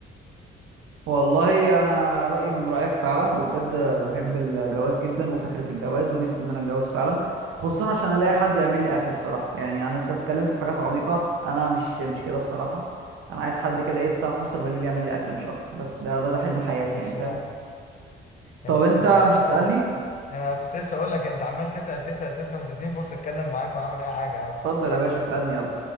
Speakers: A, on the right; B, on the left.
A: والله انا رايي من رايك فعلا وبجد بحب الجواز جدا وفكره الجواز ونفسي ان انا اتجوز فعلا خصوصا عشان الاقي حد يعمل لي اكل بصراحه يعني انا انت اتكلمت في حاجات عميقه انا مش مش كده بصراحه انا عايز حد كده ايه الساعه 12 بالليل يعمل لي اكل مش اكتر بس ده ده ده حلم حياتي
B: ماشي
A: يعني فاهم
B: يا عم ماشي
A: طب انت
B: طب انا
A: مش هتسالني
B: أنا كنت لسه اقول لك انت عمال تسال تسال تسال ما تديني فرصه اتكلم معاك واعمل اي حاجه يا عم
A: اتفضل يا باشا اسالني يلا